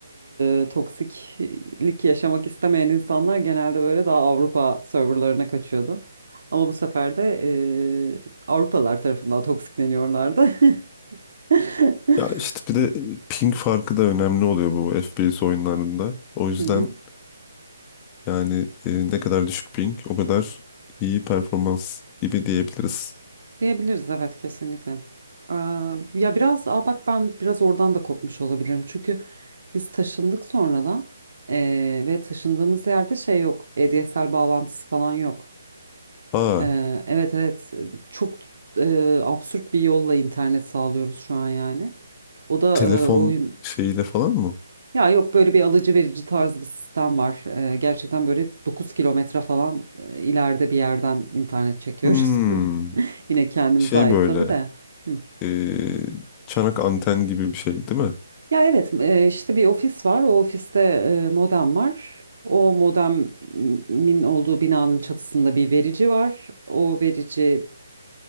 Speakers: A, on the right (about 70°); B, on the left (about 20°).
A: e, toksiklik yaşamak istemeyen insanlar genelde böyle daha Avrupa serverlarına kaçıyordu. Ama bu sefer de e, Avrupalılar tarafından toksikleniyorlardı. <laughs>
B: ya işte bir de ping farkı da önemli oluyor bu FPS oyunlarında. O yüzden
A: Hı hı.
B: yani e, ne kadar düşük ping o kadar iyi performans gibi diyebiliriz.
A: Diyebiliriz evet kesinlikle. Aa, ya biraz aa bak ben biraz oradan da kopmuş olabilirim. Çünkü biz taşındık sonradan ee, ve taşındığımız yerde şey yok. ADSL bağlantısı falan yok.
B: Aa,
A: Ee, evet evet çok e, absürt bir yolla internet sağlıyoruz şu an yani. O da
B: telefon
A: e, oyun
B: şeyiyle falan mı?
A: ya yok böyle bir alıcı verici tarzı bir sistem var. Ee, gerçekten böyle 9 kilometre falan e, ileride bir yerden internet çekiyoruz.
B: Hmm,
A: <laughs> Yine kendimize
B: şey
A: ait
B: böyle
A: tabii de. Hı.
B: e, çanak anten gibi bir şey değil mi?
A: Ya evet e, işte bir ofis var. O ofiste e, modem var. O modemin olduğu binanın çatısında bir verici var. O vericinin